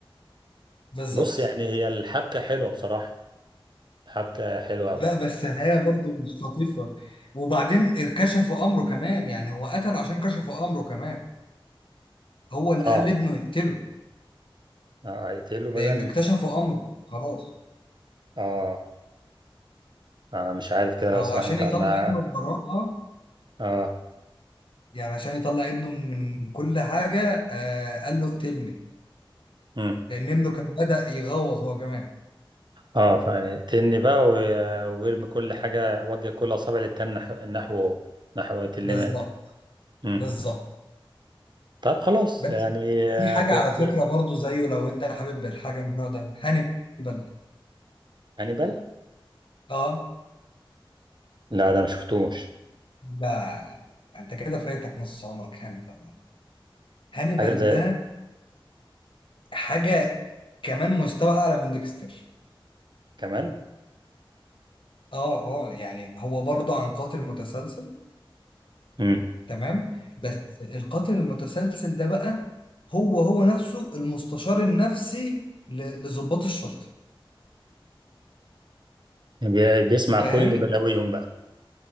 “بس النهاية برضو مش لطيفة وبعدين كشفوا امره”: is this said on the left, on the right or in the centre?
Left